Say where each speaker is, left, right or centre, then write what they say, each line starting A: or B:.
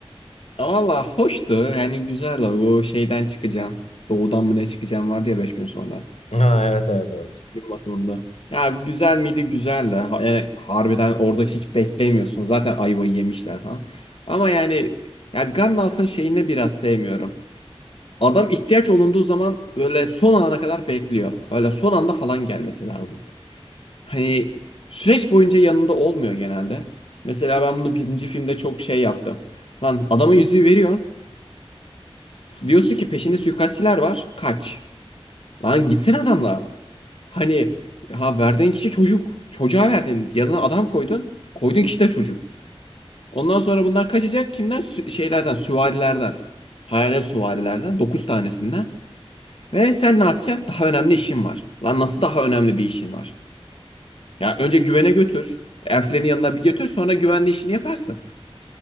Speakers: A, on the left; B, on the left.
A: Valla hoştu. Yani güzel. Bu şeyden çıkacağım. Doğudan mı ne çıkacağım vardı ya 5 gün sonra.
B: Ha evet evet evet.
A: Gün batımında. Ya güzel miydi? Güzeldi. Ha- Yani harbiden orada hiç beklemiyorsun. Zaten ayvayı yemişler falan. Ama yani ya Gandalf'ın şeyini biraz sevmiyorum. Adam ihtiyaç olunduğu zaman böyle son ana kadar bekliyor. Öyle son anda falan gelmesi lazım. Hani süreç boyunca yanında olmuyor genelde. Mesela ben bunu birinci filmde çok şey yaptım. Lan adama yüzüğü veriyorsun. Diyorsun ki peşinde suikastçiler var. Kaç. Lan gitsene adamla. Hani ha verdiğin kişi çocuk. Çocuğa verdin. Yanına adam koydun. Koyduğun kişi de çocuk. Ondan sonra bunlar kaçacak kimden? Sü- şeylerden, süvarilerden. Hayalet süvarilerden. 9 tanesinden. Ve sen ne yapacaksın? Daha önemli işin var. Lan nasıl daha önemli bir işin var? Ya önce güvene götür. Elflerin yanına bir götür sonra güvenli işini yaparsın.